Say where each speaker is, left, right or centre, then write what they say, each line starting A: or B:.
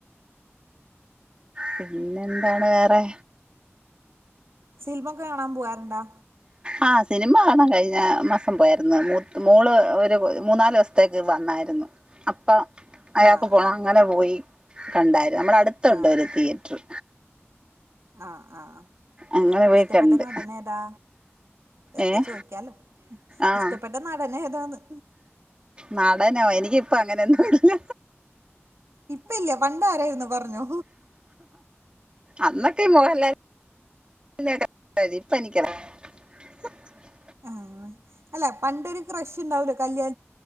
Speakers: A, on the right; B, on the right.
A: പിന്നെന്താണ് വേറെ?
B: സിൽമൊക്കെ കാണാൻ പോവാറുണ്ടാ
A: ആ സിനിമ കാണാൻ കഴിഞ്ഞ മാസം പോയാര്ന്നു മുത് മോള് ഒരു മൂന്നാല്സ്ത്തേക്ക് വന്നാരുന്നു അപ്പം അയാക്ക്
B: ആഹ്
A: പോണം അങ്ങനെ പോയി കണ്ടാ നമ്മ്ടെ അടുത്ത്ണ്ട്
B: ആഹ്
A: ഒരു തിയേറ്ററ്.
B: ആഹ് ആഹ്
A: അങ്ങനെ പോയി
B: ഇഷ്ടപ്പെട്ട
A: കണ്ട്
B: നടൻ ഏതാ വെറുതെ
A: ഏഹ്
B: ചോദിക്കാലോ
A: ആഹ്
B: ഇഷ്ടപ്പെട്ട നടൻ ഏതാന്ന്.
A: നടനോ എനിക്കിപ്പ അങ്ങനെയൊന്നുമില്ല.
B: ഇപ്പ ഇല്ല പണ്ട് ആരായിരുന്നു പറഞ്ഞോ.
A: അന്നൊക്കെ ഈ മോഹൻലാൽ <unintelligible>
B: ആഹ് അല്ല പണ്ടൊരു ക്രഷ് ഇണ്ടാവൂലോ. കല്യാ